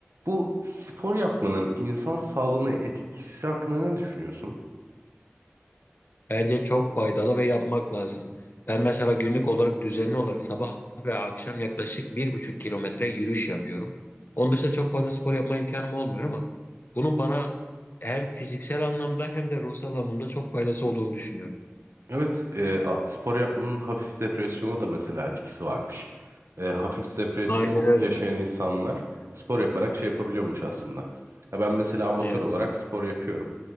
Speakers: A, on the right (about 70°); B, on the left (about 45°).
A: Bu spor yapmanın insan sağlığına etkisi hakkında ne düşünüyorsun?
B: Bence çok faydalı ve yapmak lazım. Ben mesela günlük olarak düzenli olarak sabah ve akşam yaklaşık bir buçuk kilometre yürüyüş yapıyorum. Onun dışında çok fazla spor yapma imkanım olmuyor ama bunun bana hem fiziksel anlamda hem de ruhsal anlamda çok faydası olduğunu düşünüyorum.
A: Evet, e, a- spor yapmanın hafif depresyona da mesela etkisi varmış. E, hafif depresyon
B: Aynen öyle.
A: yaşayan insanlar spor yaparak şey yapabiliyormuş aslında. Ya ben mesela amatör
B: Evet.
A: olarak spor yapıyorum.